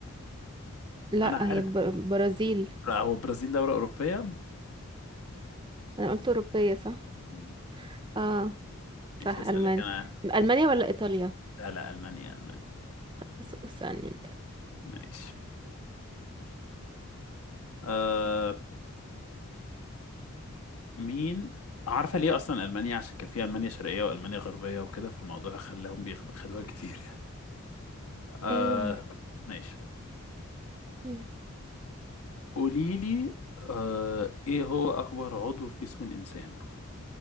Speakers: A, on the right (about 20°); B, on the left (about 80°).
A: لا
B: أنا عارف
A: هي بر- برازيل
B: لا، هو برازيل دولة أوروبية
A: أنا قلت أوروبية صح
B: مم.
A: اه
B: ماشي
A: صح
B: هسألك
A: ألمانيا
B: أنا
A: ألمانيا ولا إيطاليا
B: لا لا ألمانيا ألمانيا
A: بس اسألني أنت
B: ماشي آه مين عارفة ليه أصلا ألمانيا عشان كان في ألمانيا شرقية وألمانيا غربية وكده فالموضوع خلاهم بياخدوها كتير يعني آه
A: أيوه
B: ماشي
A: مم.
B: قوليلي آه إيه هو أكبر عضو في جسم الإنسان